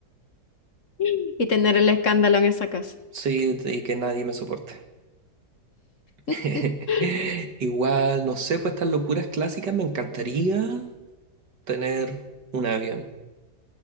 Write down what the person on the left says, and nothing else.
Y tener el escándalo en esa casa.
<laughs>